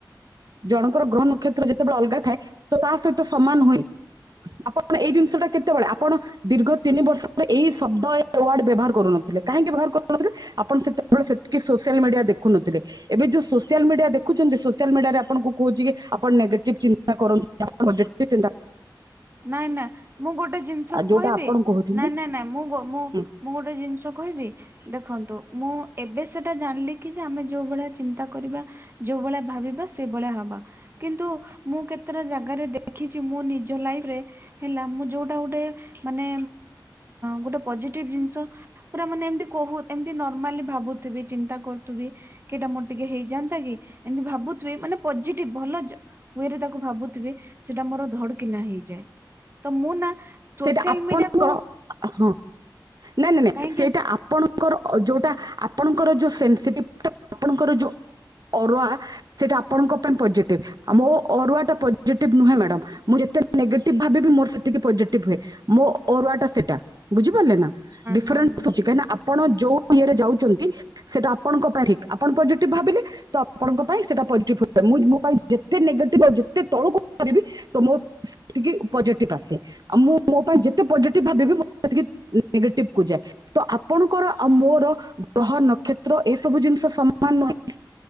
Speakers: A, on the right; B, on the right.
A: ଜଣଙ୍କର ଗ୍ରହ ନ କ୍ଷେତ୍ର ଯେତେବେଳେ ଅଲଗା ଥାଏ ତ ତା ସହିତ ସମାନ ହୁଏ ଆପଣ ଏଇ ଜିନିଷ ଟା କେତେବେଳେ ଆପଣ ଦୀର୍ଘ ତିନି ବର୍ଷ ଏଇ ଶବ୍ଦ ୱ। ଡ଼ ବ୍ୟବହାର କରୁନଥିଲେ କାହିଁକି ବ୍ୟବହାର କରୁନଥିଲେ ଆପଣ ସେ କେବଳ ସେତିକି ସୋସିଆଲ ମିଡିଆ ଦେଖୁନଥିଲେ ଏବେ ଯୋଉ ସୋସିଆଲ ମିଡିଆ ଦେଖୁଛନ୍ତି ସୋସିଆଲ ମିଡିଆରେ ଆପଣଙ୍କୁ କହୁଛିିକ ଆପଣ ନେଗେଟିଭ ଚିନ୍ତା କରୁ ପଜିଟିଭ୍ ଚିନ୍ତା
B: ନାଇଁ ନାଇଁ ମୁଁ ଗୋଟେ ଜିନିଷ
A: ଯୋଉଟା
B: କହିବି
A: ଆପଣ କହୁଛନ୍ତି
B: ନାଇଁ ନାଇଁ ନାଇଁ ମୁଁ ମୁଁ
A: ହୁଁ
B: ମୁଁ ଗୋଟେ ଜିନିଷ କହିବି। ଦେଖନ୍ତୁ ମୁଁ ଏବେ ସେଟା ଜାଣିଲି କି ଯେ ଆମେ ଯୋଉ ଭଳିଆ ଚିନ୍ତା କରିବା ଯୋଉ ଭଳିଆ ଭାବିବା ସେଇଭଳିଆ ହବା। କିନ୍ତୁ ମୁଁ କେତେଟା ଜାଗାରେ ଦେଖିଛି ମୁଁ ନିଜ ଲାଇଫ ହେଲା ମୁ ଯୋଉଟା ଗୋଟେ ମାନେ ଗୋଟେ ପଜେଟିଭ ଜିନିଷ ପୁରା ମାନେ ଏମତି କହୁ ଏମିତି ନର୍ମାଲି ଭାବୁଥିବି ଚିନ୍ତା କରୁଥିବି। କେଟା ମୋର ଟିକେ ହେଇଯାନ୍ତା କି ଏମିତି ଭାବୁଥିବି ମାନେ ପଜେଟିଭ ଭଲ ହୁଏରେ ତାକୁ ଭାବୁଥିବେ ସେଟା ମୋର ଧଡ କିନା ହେଇଯାଏ ତ ମୁଁ ନା ସୋସିଆଲ
A: ସେଇଟା ଆପଣଙ୍କର
B: ମିଡିଆକୁ
A: ହଁ ନାଇଁ ନାଇଁ ନାଇଁ
B: କାହିଁକି
A: ସେଇଟା ଆପଣଙ୍କ ଙ୍କର ଯୋଉଟା ଆପଣଙ୍କର ଯୋଉ ସେନସଟିଭ ଆପଣଙ୍କର ଯୋଉ ଅରୁଆ ସେଇଟା ଆପଣଙ୍କ ପାଇଁ ପଜେଟିଭ। ଆଉ ମୋ ଅରୁଆ ଟା ପଜେଟିଭ ନୁହେଁ ମଡାମ ମୁଁ ଯେତେ ନେଗେଟିଭ ଭାବି ବି ମୋର ସେତିକି ହୁଏ ମୋ ଅରୁଆ ସେଟା ବୁଝିପାରିଲେ ନା ଡି <unintelligible>
B: ନା ନା
A: ଆପଣ ଯୋଉ ଇଏରେ ଯାଉଛନ୍ତି ସେଇଟା ଆପଣଙ୍କ ପାଇଁ ଠିକ୍ ଆପଣ ପଜେଟିଭ ଭାବିଲେ। ତ ଆପଣଙ୍କ ପାଇଁ ସେଇଟା ପଜେଟିଭ ମୁଁ ମୋ ପାଇଁ ଯେତେ ନେଗେଟିଭ ଆଉ ଯେତେ ତଳୁକୁ କରିବି ତ ମୋ ସେତିକି ପଜେଟିଭ ଆସେ। ଆଉ ମୁଁ ମୋ ପାଇଁ ଯେତେ ପଜେଟିଭ ଭାବିବି ମୁଁ ସେତିକି ନେଗେଟିଭ କୁ ଯାଏ। ତ ଆପଣଙ୍କର ଆଉ ମୋର ଗ୍ରହ ନକ୍ଷତ୍ର ଏ ସବୁ ଜିନିଷ ସମାନ ନୁହେଁ